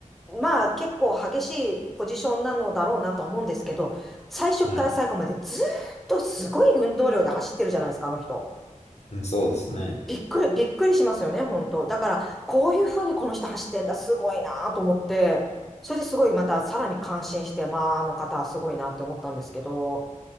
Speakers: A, in the centre; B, on the left.
A: まあ結構激しいポジションなのだろうなと思うんですけど、最初から最後までずーっとすごい運動量で走ってるじゃないですか、
B: はい。
A: あの人。
B: うん、そうですね。
A: びっくり、びっくりしますよね、本当。だから、こういうふうにこの人走ってんだ、すごいなと思って、それですごいまたさらに感心して、まあ、あの方はすごいなって思ったんですけど、